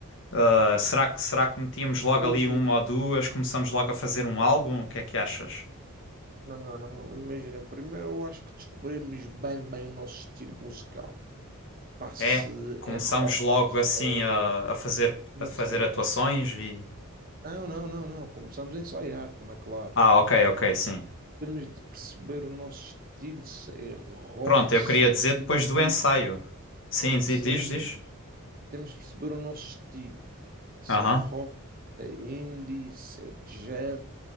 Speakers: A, on the left (about 60°); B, on the right (about 40°).
A: ah, será que será que metíamos logo
B: imagina,
A: ali uma ou duas? Começamos logo a fazer um álbum? O que é que achas?
B: não, não, imagina, primeiro eu acho que descobrimos bem, bem o nosso estilo musical. Pá, se
A: É, começamos
B: é rock,
A: logo
B: se
A: assim
B: é
A: a, a fazer
B: isso
A: a fazer atuações e
B: Não, não, não, não. Começamos a ensaiar, como é claro.
A: Ah, ok, ok, sim.
B: Temos de perceber o nosso estilo, se é rock,
A: Pronto, eu
B: se
A: queria dizer
B: é
A: depois
B: indie.
A: do ensaio. Sim, di-
B: Sim,
A: diz, diz.
B: temos de perceber o nosso estilo. Se
A: Aham.
B: é rock, se é indie, se é jazz.